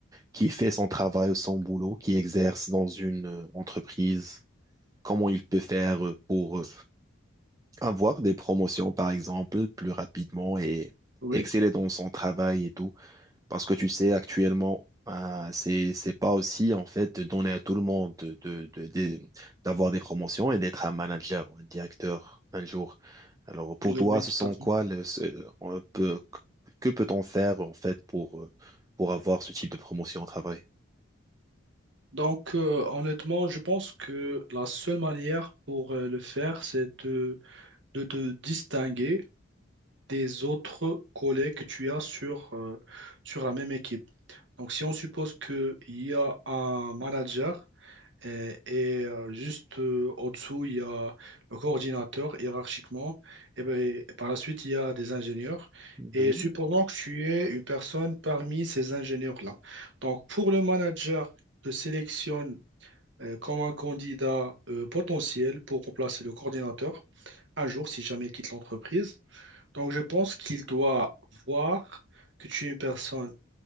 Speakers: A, on the right; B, on the right.
A: qui fait son travail ou son boulot, qui exerce dans une euh, entreprise, comment il peut faire euh, pour euh, avoir des promotions, par exemple, plus rapidement et
B: Oui,
A: exceller dans son travail et tout. Parce que tu sais, actuellement, euh, c'est, c'est pas aussi, en fait, de donner à tout le monde de, de- de- de- d'avoir des promotions et d'être un manager ou un directeur un jour. Alors, pour
B: oui,
A: toi,
B: oui,
A: ce
B: tout
A: sont
B: à fait.
A: quoi le, ce- on peut, que peut-on faire, en fait, pour, euh, pour avoir ce type de promotion au travail?
B: Donc, euh, honnêtement, je pense que la seule manière pour euh, le faire, c'est de, de te distinguer des autres collègues que tu as sur, euh, sur la même équipe. Donc, si on suppose qu'il y a un manager Et, et, euh, juste euh, au-dessous, il y a le coordinateur hiérarchiquement. Et, ben, et par la suite, il y a des ingénieurs.
A: Oui,
B: Et supposons que tu es une personne parmi ces ingénieurs-là. Donc, pour le manager te sélectionne euh, comme un candidat euh, potentiel pour remplacer le coordinateur un jour, si jamais il quitte l'entreprise. Donc, je pense qu'il doit voir que tu es une personne